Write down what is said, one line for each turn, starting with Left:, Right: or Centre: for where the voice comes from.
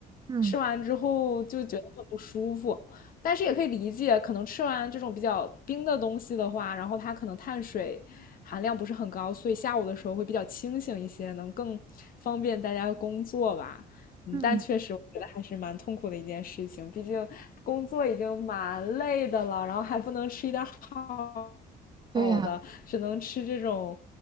Right: 嗯
Left: 吃完之后就觉得很不舒服。但是也可以理解，可能吃完这种比较冰的东西的话，然后它可能碳水含量不是很高，所以下午的时候会比较清醒一些，能更方便大家工作吧。嗯，
Right: 嗯，
Left: 但确实我觉得还是蛮痛苦的一件事情，毕竟工作已经蛮累的了，然后还不能吃一点好
Right: 对呀，
Left: 好的，只能吃这种